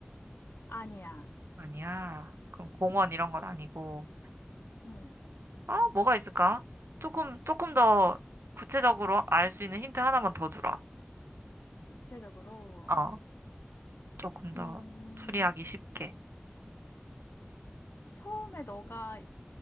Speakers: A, on the left (about 70°); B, on the right (about 80°).
A: 아니야.
B: 아니야. 그럼 공원
A: 응,
B: 이런 건 아니고.
A: 응.
B: 아, 뭐가 있을까? 조금, 조금 더 구체적으로 알 수 있는 힌트 하나만 더 주라.
A: 구체적으로,
B: 어, 조금 더
A: 음,
B: 추리하기 쉽게.
A: 처음에 너가